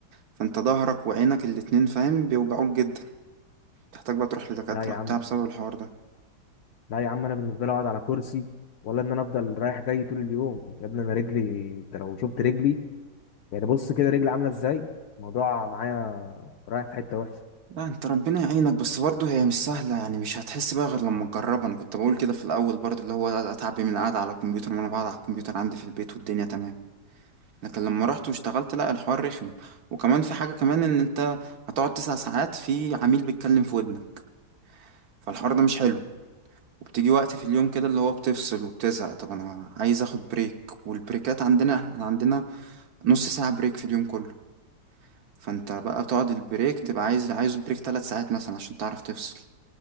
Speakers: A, on the right (about 70°); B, on the left (about 70°).
A: فانت ظهرك وعينك الاتنين فاهم بيوجعوك جدا تحتاج بقى تروح لدكاترة
B: لا يا عم
A: وبتاع بسبب الحوار ده
B: لا يا عم انا بالنسبه لي اقعد على كرسي ولا ان انا افضل رايح جاي طول اليوم يا ابني انا رجلي انت لو شفت رجلي يعني بص كده رجلي عامله ازاي الموضوع معايا رايح في حته وحشه
A: لا انت ربنا يعينك بس برضه هي مش سهلة يعني مش هتحس بقى غير لما تجربها انا كنت بقول كده في الاول برضه اللي هو اتعب من القعدة على الكمبيوتر وانا بقعد على الكمبيوتر عندي في البيت والدنيا تمام لكن لما رحت واشتغلت لا الحوار رخم وكمان في حاجة كمان ان انت هتقعد تسع ساعات في عميل بيتكلم في ودنك فالحوار ده مش حلو وبتيجي وقت في اليوم كده اللي هو بتفصل وبتزهق طب انا عايز اخد بريك والبريكات عندنا احنا عندنا نص ساعة بريك في اليوم كله فانت بقى بتقعد البريك تبقى عايز عايز بريك ثلاث ساعات مثلا عشان تعرف تفصل